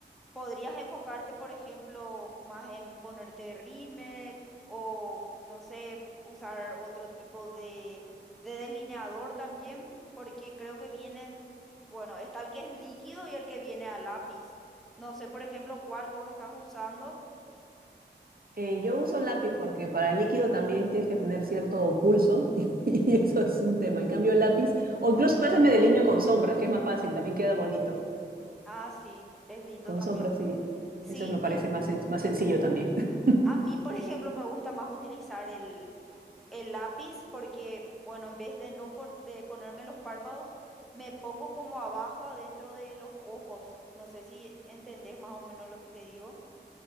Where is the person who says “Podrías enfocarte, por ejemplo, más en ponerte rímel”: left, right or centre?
Centre